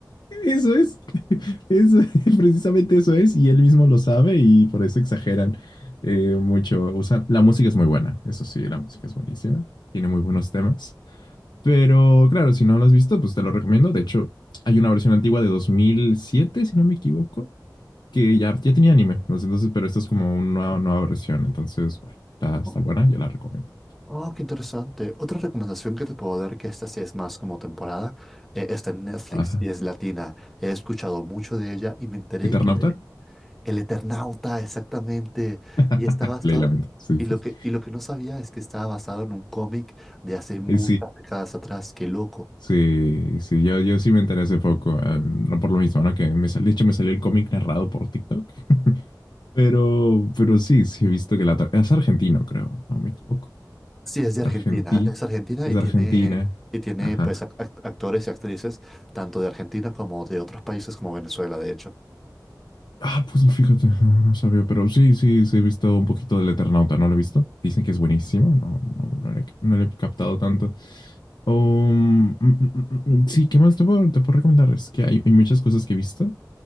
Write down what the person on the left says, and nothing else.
<laughs> eso es. Eso, <laughs> precisamente eso es, y él mismo lo sabe y por eso exageran eh, mucho. Usan, la música es muy buena, eso sí, la música es buenísima, tiene muy buenos temas. Pero claro, si no lo has visto, pues te lo recomiendo. De hecho, hay una versión antigua de 2007 si no me equivoco, que ya, ya tenía anime. pues, Entonces, pero esta es como una nueva, nueva versión. Entonces, bueno, está, está
buena, yo la recomiendo.
Ajá.
¿Eternauta?
<laughs>
Leí la mente. Sí,
sí.
sí.
Eh,
Sí, sí, sí. Yo, yo sí me enteré hace poco. eh, no por lo mismo, ¿no? Que me sal- de hecho me salió el cómic narrado por TikTok. Pero, pero sí, sí he visto que la... tra- Es argentino, creo. No me equivoco.
Argentina.
Es
Argentina.
Ajá.
Ah, pues fíjate, no, no sabía, pero sí, sí, sí he visto un poquito del Eternauta, no lo he visto. Dicen que es buenísimo, no, no, no, le, no le he captado tanto. Um, sí, ¿qué más te puedo, te puedo recomendar? Es que hay, hay muchas cosas que he visto.